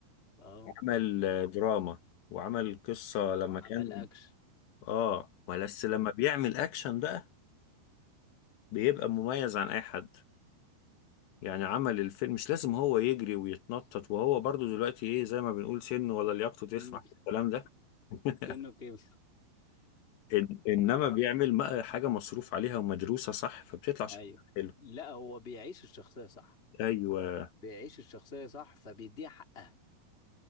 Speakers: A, on the left; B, on the left.
A: اه
B: عمل آه،
A: و-
B: دراما وعمل قصة
A: وعمل
B: لما كان
A: اكشن
B: اه بس
A: و-
B: لما بيعمل اكشن بقى بيبقى مميز عن اي حد يعني عمل الفيلم مش لازم هو يجري ويتنطط وهو برضو دلوقتي ايه زي ما بنقول سنه ولا لياقته تسمح
A: مم.
B: الكلام ده <laughs>
A: سنه كبر
B: إن- انما
A: اه
B: بيعمل م- حاجة مصروف عليها ومدروسة صح فبتطلع شكلها
A: ايوه
B: حلو
A: لا هو بيعيش الشخصيه صح
B: ايوه
A: بيعيش الشخصيه صح فبيديها حقها